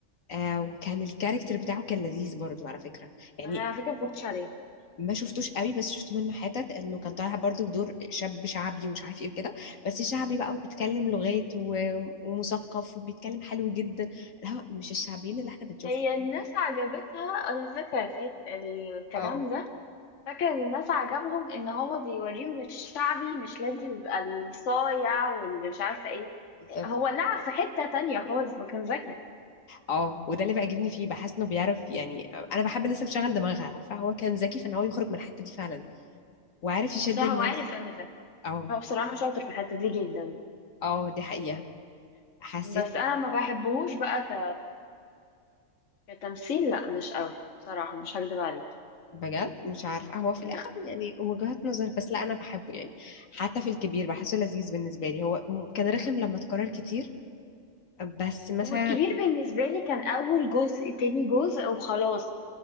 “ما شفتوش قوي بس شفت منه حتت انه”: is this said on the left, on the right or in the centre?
Left